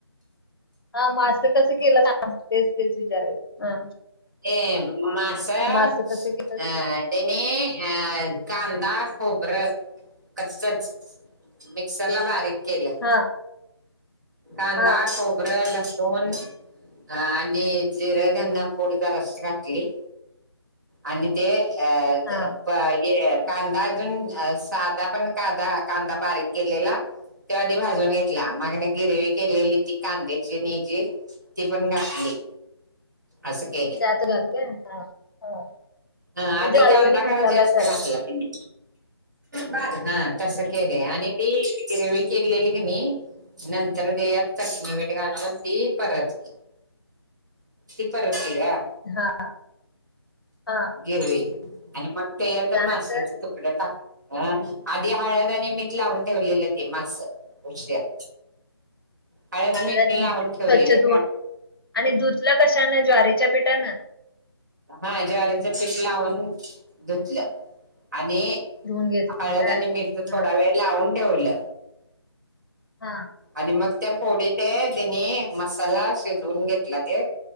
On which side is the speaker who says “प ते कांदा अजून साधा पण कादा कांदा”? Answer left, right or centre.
Right